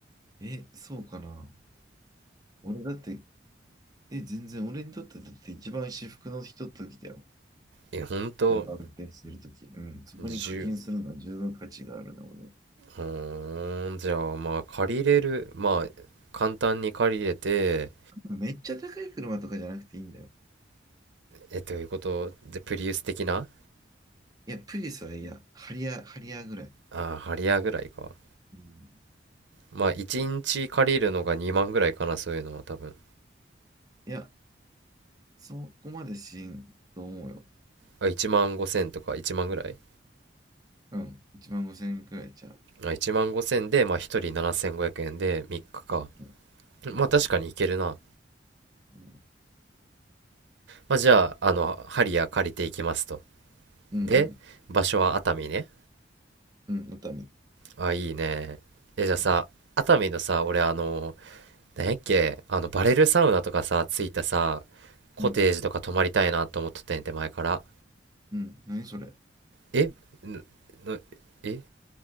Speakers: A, on the right; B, on the right.
A: え、そうかな。俺だって、え、全然俺にとってだって一番至福のひとときだよ。
B: え、ほんと、
A: 車を運転してるとき。うん。そこに課金するのは十分価値があるな、
B: 10、
A: 俺は。
B: うーん、じゃあまあ借りれる、まあ簡単に借りれて、
A: めっちゃ高い車とかじゃなくていいんだよ。
B: え、ということで、プリウス的な
A: いや、プリウスは嫌。ハリアー、ハリアーぐらい。
B: ああ、ハリアーぐらいか。
A: うん
B: まあ1日借りるのが2万ぐらいかな、そういうのは多分。
A: いや、そこまでしんと思うよ。
B: あ、1万5千とか1万ぐらい
A: うん。1万5千円くらいちゃう。
B: あ、1万5千で、まあ1人7500円で3日かか。
A: うん。
B: まあ確かにいけるな。
A: うんうん
B: まあじゃあ、あの、ハリアー借りていきますと。
A: うんうん、
B: で、場所は熱海ね。
A: うん熱海。
B: あ、いいね。え、じゃあさ、
A: うん、
B: 熱海のさ、俺あのなんやっけ、あの、バレルサウナとかさ、ついたさ、コテージとか泊まりたいなと思っとってんて、
A: うん、
B: 前から。
A: うん何それ
B: えぬぬえ